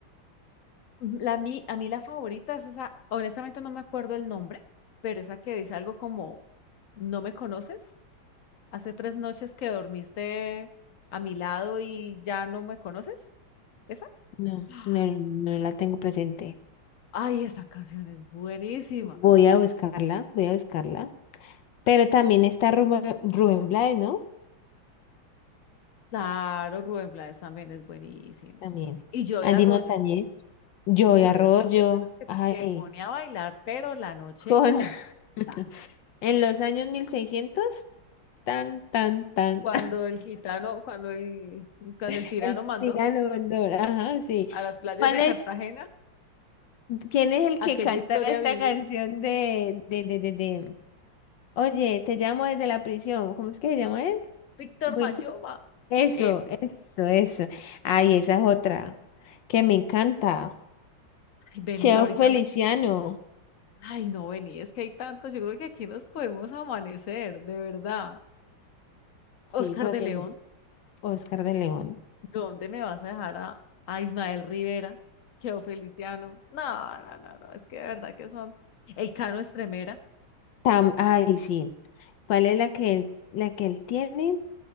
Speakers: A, on the left; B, on the left.
A: La, mi- a mí la favorita es esa, honestamente no me acuerdo el nombre, pero esa que dice algo como, ¿no me conoces? Hace tres noches que dormiste a mi lado y ya no me conoces. ¿Esa?
B: No,
A: ¡Ah!
B: no, no la tengo presente.
A: Ay, esa canción es buenísima.
B: Voy a buscarla, voy a buscarla. Pero también está Rubén, Rubén Blades, ¿no?
A: Claro, Rubén Blades también es buenísimo.
B: También.
A: Y yo
B: Andy
A: de Arroyo,
B: Montañez, Joey
A: yo
B: Arroyo,
A: de Arroyo es de los que
B: ay,
A: te pone a bailar, pero la noche
B: con
A: completa.
B: <laughs> en los años 1600, tan, tan, tan,
A: Cuando el gitano, cuando el, cuando
B: <laughs>
A: el tirano
B: el
A: mandó
B: tirano Bandor, ajá, sí.
A: a las playas
B: ¿Cuál
A: de
B: es,
A: Cartagena.
B: quién es el
A: aquella
B: que canta
A: historia
B: esta
A: vivió
B: canción de, de, de, de, de, oye, te llamo desde la prisión, ¿cómo es que se llama él?
A: Víctor
B: Wilson
A: Mayoma.
B: Eso,
A: Él,
B: eso, eso. Ay, esa es otra que me encanta.
A: ay, vení,
B: Cheo
A: ahorita
B: Feliciano.
A: me... Ay, no, vení, es que hay tantos, yo creo que aquí nos podemos amanecer, de verdad. Oscar
B: Sí, pero
A: de
B: también.
A: León,
B: Oscar de León.
A: ¿dónde me vas a dejar a, a Ismael Rivera, Cheo Feliciano? No, no, no, no, es que de verdad que son... El Cano Estremera,
B: Tam- ay, sí. ¿Cuál es la que él, la que él tiene?